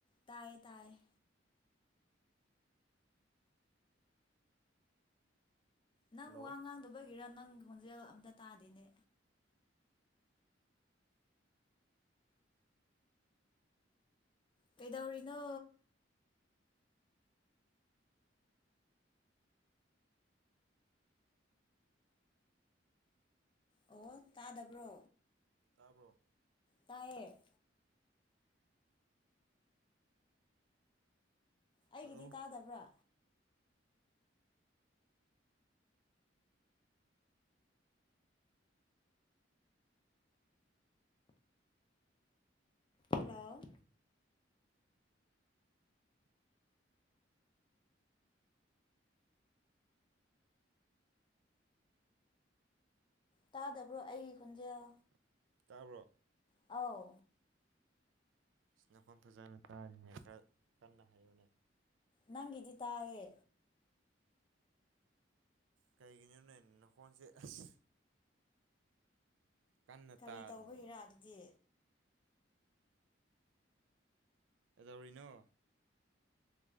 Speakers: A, on the left (about 25°); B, on the right (about 80°).
A: ꯇꯥꯏꯌꯦ ꯇꯥꯏꯌꯦ ꯅꯪ
B: ꯍꯜꯂꯣ
A: ꯋꯥ ꯉꯥꯡꯗꯕꯒꯤꯔ ꯅꯪ ꯈꯣꯟꯖꯦꯜ ꯑꯝꯇ ꯇꯥꯗꯦꯅꯦ ꯀꯩꯗꯧꯔꯤꯅꯣ ꯑꯣ ꯇꯥꯗꯕ꯭ꯔꯣ
B: ꯇꯥꯕ꯭ꯔꯣ
A: ꯇꯥꯏꯌꯦ ꯑꯩꯒꯤꯗꯤ
B: ꯍꯜꯂꯣ
A: ꯇꯥꯗꯕ꯭ꯔꯥ ꯍꯜꯂꯣ ꯇꯥꯗꯕ꯭ꯔꯣ ꯑꯩꯒꯤ ꯈꯣꯟꯖꯦꯜ
B: ꯇꯥꯕ꯭ꯔꯣ
A: ꯑꯥꯎ
B: ꯑꯁ ꯅꯈꯣꯟ ꯐꯖꯅ ꯇꯥꯗꯦꯅꯦ ꯈꯔ ꯀꯟꯅ ꯍꯥꯏꯌꯨꯅꯦ
A: ꯅꯪꯒꯤꯗꯤ ꯇꯥꯏꯌꯦ
B: ꯀꯩꯒꯤꯅꯣ ꯅꯣꯏ ꯅꯈꯣꯟꯁꯦ ꯑꯁ ꯀꯟꯅ
A: ꯀꯔꯤ
B: ꯇꯥꯗꯤꯅꯦ
A: ꯇꯧꯕꯒꯤꯔꯥ ꯑꯗꯨꯗꯤ
B: ꯀꯩꯗꯧꯔꯤꯅꯣ